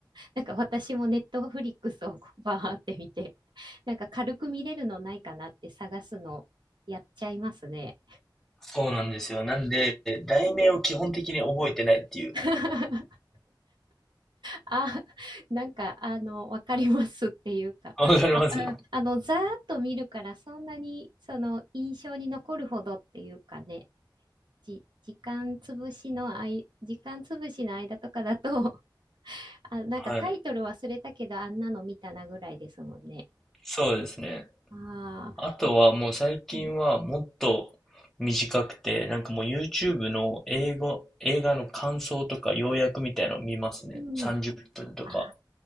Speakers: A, on the right; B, in the centre.
A: なんか私もネットフリックスをこうバーって見て、なんか軽く見れるのないかなって探すのやっちゃいますね。
B: そうなんですよ。なんで、題名を基本的に覚えてないっていう。
A: <laughs> あ、<laughs> なんか、あの、わかりますっていうか、
B: わかります
A: わかあの、ざーっと見るから、そんなに、その、印象に残るほどっていうかね、じ、時間潰しのあい、時間潰しの間とかだと、<laughs> あ、なんかタイトル忘れたけど、
B: はい。
A: あんなの見たなぐらいですもんね。
B: そうですね。
A: ああ、
B: あとはもう最近はもっと短くて、
A: うん、
B: なんかもう YouTube の英語、映画の感想とか要約みたいなのを見ますね。
A: うん
B: 30分とか。
A: あ